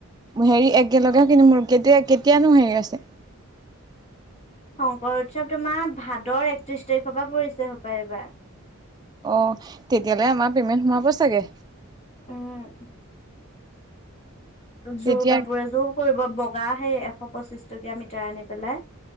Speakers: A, on the right (about 20°); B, on the left (about 30°).
A: হেৰি একেলগেও কিনি মোৰ কেতিয়া কেতিয়ানো হেৰি আছে।
B: শংকৰ উৎসৱ তোমাৰ ভাদৰ একত্ৰিশ তাৰিখৰ পৰা পৰিছে সপায় এইবাৰ।
A: অ' তেতিয়াললে আমাৰ পেমেণ্ট সোমাব চাগে।
B: উম।
A: তেতিয়া
B: জোৰ কাপোৰে এযোৰ কৰিব বগা সেই এশ পঁচিশ টকীয়া মিটাৰ আনি পেলাই।